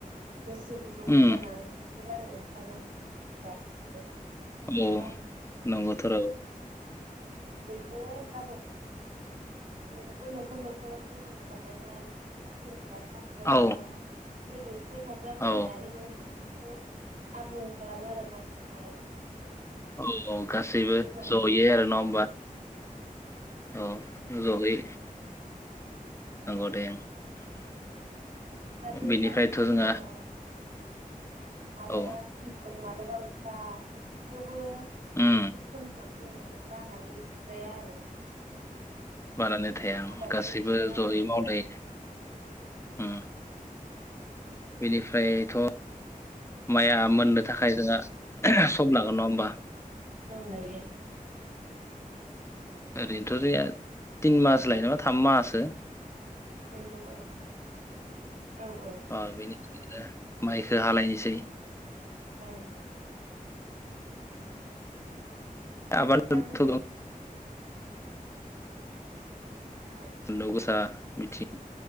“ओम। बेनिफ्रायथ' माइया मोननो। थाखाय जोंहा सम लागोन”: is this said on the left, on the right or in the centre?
Left